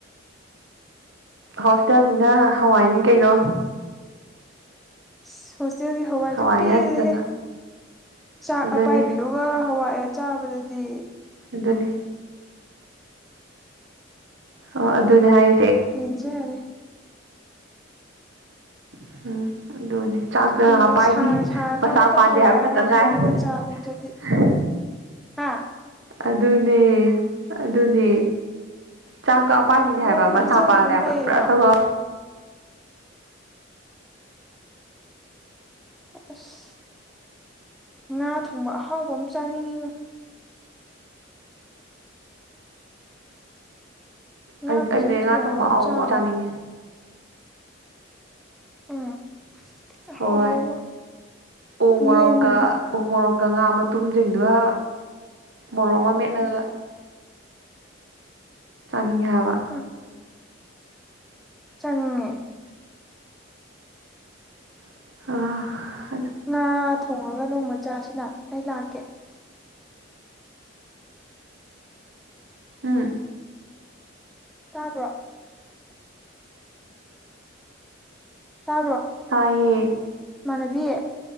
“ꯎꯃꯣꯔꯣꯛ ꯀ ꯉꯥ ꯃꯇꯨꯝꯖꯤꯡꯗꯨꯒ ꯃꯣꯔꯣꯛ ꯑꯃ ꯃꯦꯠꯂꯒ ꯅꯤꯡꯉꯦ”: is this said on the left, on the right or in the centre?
Right